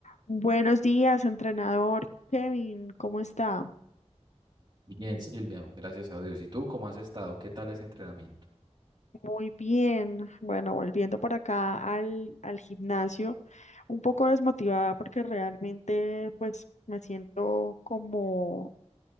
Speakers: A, on the left (about 75°); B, on the right (about 40°).
A: Buenos días, entrenador Kevin, ¿cómo está?
B: Bien, Silvia, gracias a Dios. ¿Y tú cómo has estado? ¿Qué tal ese entrenamiento?
A: Muy bien. Bueno, volviendo por acá al, al gimnasio, un poco desmotivada porque realmente pues me siento como,